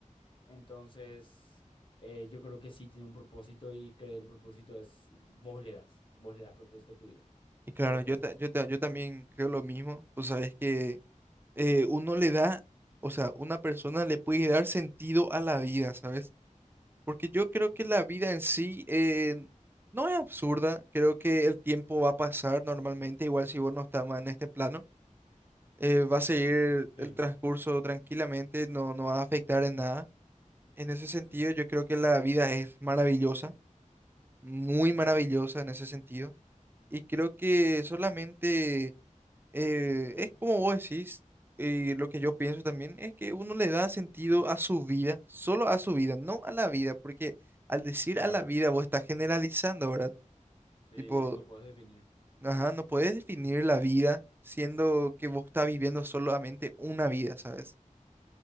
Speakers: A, on the left; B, on the right.
A: Entonces, eh, yo creo que sí tiene un propósito y que el propósito es vos le das, vos le das propósito a tu vida.
B: Y claro,
A: ¿Qué vos
B: yo,
A: pensás?
B: ta- yo, ta- yo también creo lo mismo, pues sabes que eh, uno le da, o sea, una persona le puede dar sentido a la vida, ¿sabes? Porque yo creo que la vida en sí eh, no es absurda, creo que el tiempo va a pasar normalmente, igual si vos no estás más en este plano. eh, va a seguir
A: Sí,
B: el transcurso tranquilamente, no, no va a afectar en nada. En ese sentido,
A: sí,
B: yo creo que la vida es maravillosa, muy
A: claro,
B: maravillosa en ese sentido. Y creo que solamente eh, es como vos decís, eh, lo que yo pienso también es que uno le da sentido a su vida, solo a su vida, no a la vida, porque al decir
A: claro.
B: a la vida vos estás generalizando, ¿verdad?
A: Sí,
B: Tipo,
A: bueno, lo puedes definir.
B: ajá, no puedes definir la vida siendo que vos estás viviendo solamente una vida, ¿sabes?